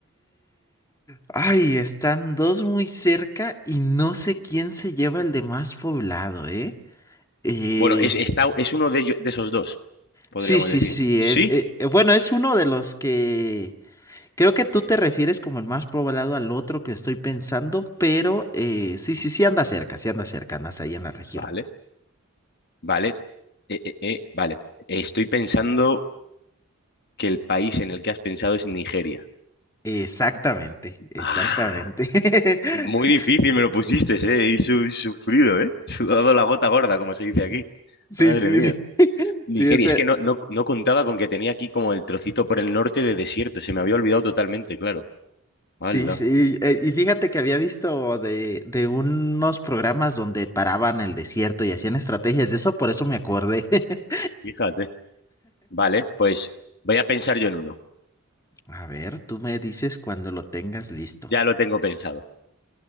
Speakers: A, on the left; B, on the left.
A: Ay, están dos muy cerca y no sé quién se lleva el de más poblado, ¿eh? Eh,
B: Bueno, es, está, es uno de, ello- de esos dos, podríamos
A: sí, sí,
B: decir.
A: sí,
B: Sí,
A: es, eh, eh, bueno, es uno de los que creo que tú te refieres como el más poblado al otro que estoy pensando, pero eh, sí, sí, sí anda cerca, sí anda cerca, andas ahí en la región.
B: Vale, vale. Eh, eh, eh, vale. Estoy pensando que el país en el que has pensado es Nigeria.
A: Exactamente, exactamente.
B: Ah,
A: <laughs>
B: muy difícil me lo pusiste, ¿eh? Y su- sufrido, ¿eh? <laughs> Sudado la gota gorda, como se dice aquí.
A: Sí,
B: Madre
A: sí,
B: mía.
A: sí,
B: Nigeria,
A: sí, ese.
B: es que no, no, no contaba con que tenía aquí como el trocito por el norte de desierto. Se me había olvidado totalmente, claro. Hala,
A: Sí, sí, eh, y fíjate que había visto de, de unos programas donde paraban el desierto y hacían estrategias de eso, por eso me acordé. <laughs>
B: fíjate. Vale, pues voy a pensar yo en uno.
A: A ver, tú me dices cuando lo tengas listo.
B: Ya lo tengo pensado.